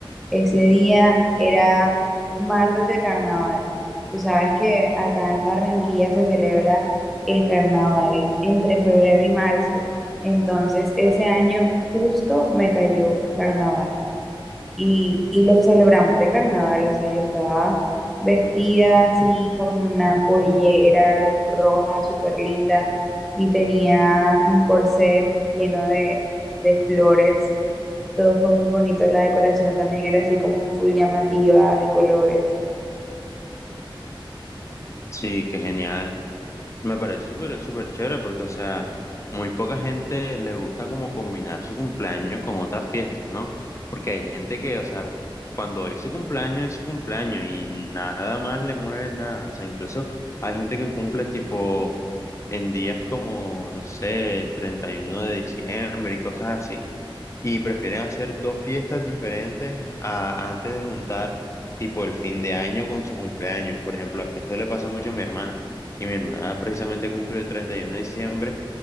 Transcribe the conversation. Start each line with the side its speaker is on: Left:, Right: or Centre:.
Centre: ese día era martes de carnaval. Tú sabes que acá en Barranquilla se celebra el carnaval entre febrero y marzo. Entonces, ese año justo me cayó carnaval y, y lo celebramos de carnaval. O sea, yo estaba vestida así con una pollera roja súper linda y tenía un corset lleno de, de flores todo fue muy bonito. La decoración también era así como full llamativa de colores.
Left: Sí, qué genial. Me parece súper, súper chévere porque, o sea, muy poca gente le gusta como combinar su cumpleaños con otras fiestas, ¿no? Porque hay gente que, o sea, cuando es su cumpleaños, es su cumpleaños y nada más le mueve nada. O sea, incluso hay gente que cumple tipo en días como, no sé, el 31 de diciembre y cosas así y prefieren hacer dos fiestas diferentes a- antes de juntar tipo el fin de año con su cumpleaños. Por ejemplo, esto le pasa mucho a mi hermana. Y mi hermana precisamente cumple el 31 de diciembre